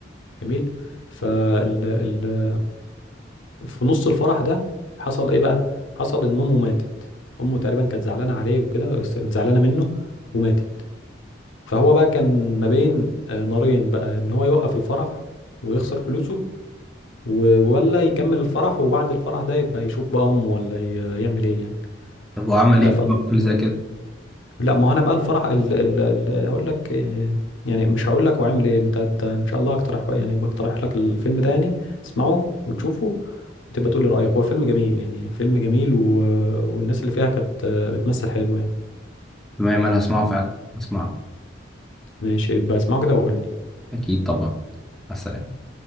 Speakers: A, on the left; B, in the centre.
A: جميل فال ال... في نص الفرح ده حصل إيه بقى؟ حصل إن أمه ماتت أمه تقريبا كانت زعلانة عليه وكده بس كانت زعلانة منه وماتت فهو بقى كان ما بين آه، نارين بقى ان هو يوقف الفرح ويخسر فلوسه و- ولا يكمل الفرح وبعد الفرح ده يبقى يشوف بقى امه ولا ي- يعمل ايه يعني
B: طب هو عمل
A: آه،
B: ايه
A: ف...
B: في فيلم زي كده
A: لا ما هو انا بقى الفرح ال... ال... ال... هقول لك آه، يعني مش هقول لك واعمل ايه انت انت ان شاء الله اقترح يعني بقترح لك الفيلم ده يعني اسمعه وتشوفه وتبقى تقول لي رايك هو فيلم جميل يعني فيلم جميل و... والناس اللي فيها كانت آه، بتمثل حلو يعني
B: تمام انا هسمعه فعلا هسمعه
A: ماشي يبقى اسمعه كده وقول لي
B: اكيد طبعا مع السلامه